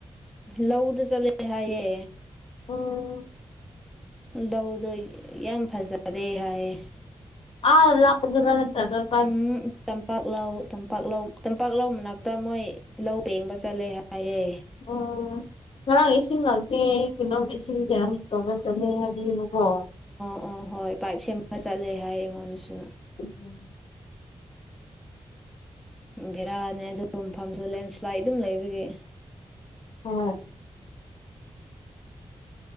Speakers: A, in the centre; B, on the left.
A: ꯂꯧꯗ ꯆꯠꯂꯦ ꯍꯥꯏꯌꯦ
B: ꯎꯝ
A: ꯂꯧꯗꯣ ꯌꯥꯝ ꯐꯖꯔꯦ ꯍꯥꯏꯌꯦ
B: ꯑ ꯂꯥꯄꯗꯨꯔ ꯅꯠꯇꯔꯒ
A: ꯎꯝ ꯇꯝꯄꯥꯛ ꯂꯧ ꯇꯝꯄꯥꯛ ꯂꯧ ꯇꯝꯄꯥꯛꯂ ꯃꯅꯥꯛꯇ ꯃꯣꯏ ꯂꯧ ꯄꯦꯡꯕ ꯆꯠꯂꯦ ꯍꯥꯏꯌꯦ
B: ꯑꯣ ꯉꯥꯔꯡ ꯏꯁꯤꯡ ꯂꯥꯛꯇ ꯑꯩ ꯀꯩꯅꯣꯝ ꯑꯦꯁꯤ ꯊꯣꯝꯕ ꯆꯠꯅꯤ ꯍꯥꯏꯕꯅꯤꯕꯀꯣ
A: ꯑ ꯍꯣꯏ ꯄꯥꯏꯞ ꯁꯦꯝꯃꯒ ꯆꯠꯂꯦ ꯍꯥꯏꯌꯦ ꯑꯩꯉꯣꯟꯗꯁꯨ
B: ꯎꯝ
A: ꯕꯦꯔꯥꯅꯦ ꯑꯗꯨꯒ ꯃꯐꯝꯁꯨ ꯂꯦꯟꯁ꯭ꯂꯥꯏꯠ ꯑꯗꯨꯝ ꯂꯩꯕꯒꯤ
B: ꯑꯣꯢ